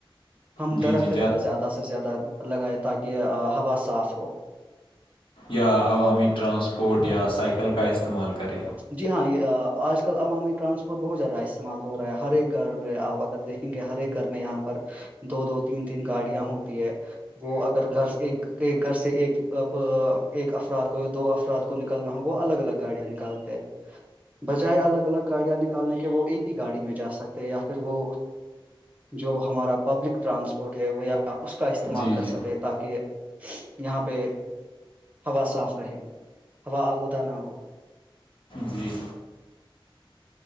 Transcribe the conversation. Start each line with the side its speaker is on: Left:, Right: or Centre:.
Right: ہم
Left: جی
Right: درخت
Left: جی
Right: زیادہ سے زیادہ لگائے تاکہ ہوا صاف ہو
Left: یا عوامی ٹرانسپورٹ یا سائیکل کا استعمال کریں
Right: جی ہاں یہ آج کل عوامی ٹرانسپورٹ بہت زیادہ استعمال ہو رہا ہے ہر ایک گھر میں آپ اگر دیکھیں گے ہر ایک گھر میں یہاں پر دو دو تین تین گاڑیاں ہوتی ہے وہ اگر گھر سے ایک گھر سے ایک ایک افراد کو یا دو افراد کو کو نکلنا ہو وہ الگ الگ گاڑیاں نکالتے بجائے الگ الگ گاڑیاں نکالنے کے وہ ایک ہی گاڑی میں جا سکتے یا پھر وہ جو ہمارا پبلک ٹرانسپورٹ ہے وہ یا اس کا استعمال
Left: جی
Right: کر
Left: جی
Right: سکے تھ تاکہ یہاں پہ ہوا صاف رہے ہوا آلودہ نہ ہو
Left: جی